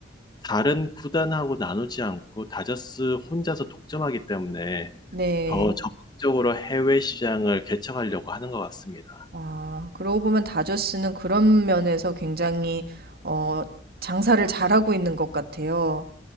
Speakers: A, on the left; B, on the right.
A: 다른 구단하고 나누지 않고 다저스 혼자서 독점하기 때문에
B: 네.
A: 더 적극적으로 해외 시장을 개척하려고 하는 것 같습니다.
B: 아, 그러고 보면 다저스는 그런 면에서 굉장히 어, 장사를 잘하고 있는 것 같아요.